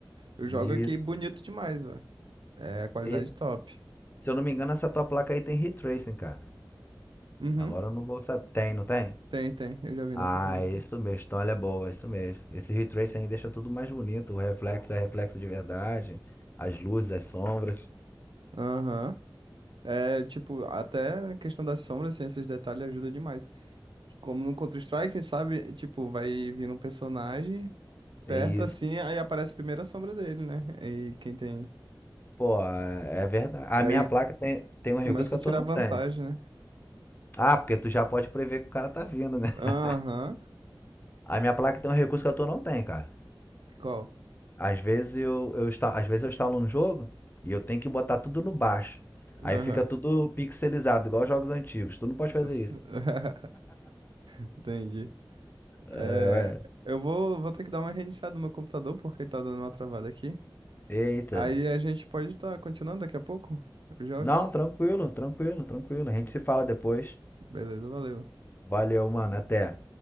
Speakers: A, on the right; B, on the left.
A: Eu
B: isso.
A: jogo aqui bonito demais, velho. É qualidade
B: E,
A: top.
B: se eu não me engano, essa tua placa aí tem ray tracing, cara.
A: Uhum.
B: Agora eu não vou saber. Tem, não tem?
A: Tem, tem. Eu já vi
B: Ah,
A: na configuração.
B: é isso mesmo. Então ela é boa, é isso mesmo. Esse ray tracing aí deixa tudo mais bonito. O reflexo é reflexo de verdade. As luzes, as sombras.
A: Aham. É, tipo, até a questão das sombras, assim, esses detalhes ajuda demais. Como no Counter-Strike, quem sabe, tipo, vai vindo um personagem perto
B: É isso.
A: assim, aí aparece a primeira sombra dele, né? Aí quem tem.
B: Pô, é é verdade. A
A: Aí
B: minha placa tem, tem um
A: começa
B: recurso que
A: a
B: a
A: tirar
B: tua não
A: vantagem,
B: tem.
A: né?
B: Ah, porque tu já pode prever que o cara tá vindo, né? <laughs>
A: Aham.
B: A minha placa tem um recurso que a tua não tem, cara.
A: Qual?
B: Às vezes eu, eu, insta- às vezes eu instalo um jogo e eu tenho que botar tudo no baixo. Aí
A: Aham.
B: fica tudo pixelizado, igual jogos antigos. Tu não pode fazer
A: <laughs>
B: isso.
A: Entendi. É,
B: Eu, é,
A: eu vou, vou ter que dar uma reiniciada no meu computador porque tá dando uma travada aqui.
B: Eita.
A: Aí a gente pode estar continuando daqui a pouco? Eu já
B: Não,
A: te...
B: tranquilo, tranquilo, tranquilo. A gente se fala depois.
A: Beleza, valeu.
B: Valeu, mano. Até.